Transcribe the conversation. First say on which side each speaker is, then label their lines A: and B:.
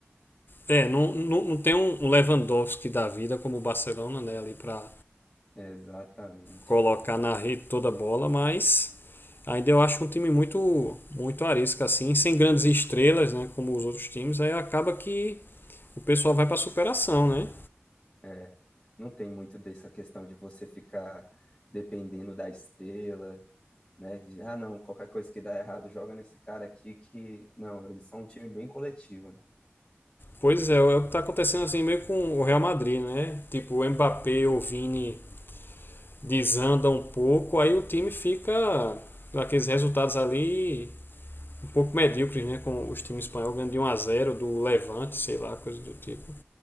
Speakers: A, on the left; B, on the left.
A: É, não, não, não tem um um Lewandowski da vida como o Barcelona, né? Ali pra
B: Exatamente.
A: colocar na rede toda a bola, mas ainda eu acho um time muito muito arisco assim, sem grandes estrelas, né, como os outros times, aí acaba que o pessoal vai para superação, né?
B: É, não tem muito dessa questão de você ficar dependendo da estrela, né? De, ah, não, qualquer coisa que dá errado, joga nesse cara aqui que. Não, eles são um time bem coletivo. né?
A: Pois é, é o que está acontecendo assim meio com o Real Madrid, né? Tipo, o Mbappé ou o Vini desanda um pouco, aí o time fica aqueles resultados ali um pouco medíocres, né? Com os times espanhóis ganhando de 1 a zero do Levante, sei lá, coisa do tipo.